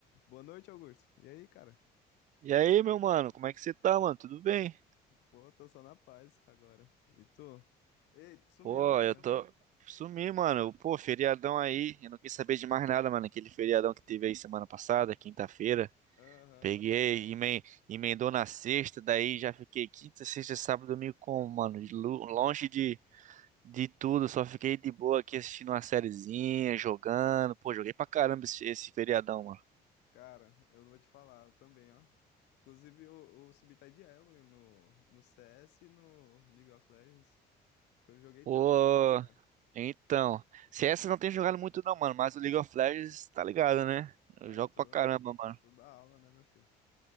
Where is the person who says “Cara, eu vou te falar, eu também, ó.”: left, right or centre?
Left